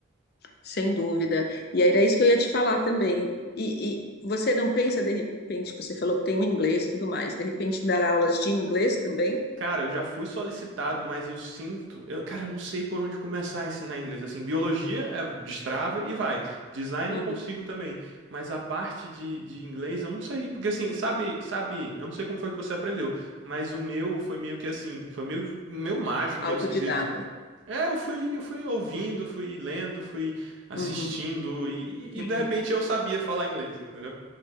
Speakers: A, on the left; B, on the right.
A: Sem dúvida. E era isso que eu ia te falar também. E, e você não pensa, de repente, você falou que tem o inglês e tudo mais, de repente dar aulas de inglês também?
B: Cara, eu já fui solicitado, mas eu sinto. eu- cara, eu não sei por onde começar a ensinar inglês. Assim, biologia é destrava e vai. Design
A: Uhum.
B: eu consigo também. Mas a parte de, de inglês eu não sei. Porque assim, sabe, sabe, eu não sei como foi que você aprendeu, mas o meu foi meio que assim, foi meio, meio mágico, meio
A: Autodidata.
B: esquisito. É, eu fui, eu fui ouvindo, fui lendo, fui assistindo,
A: Uhum.
B: e, e
A: Uhum.
B: e, de repente eu sabia falar inglês, entendeu?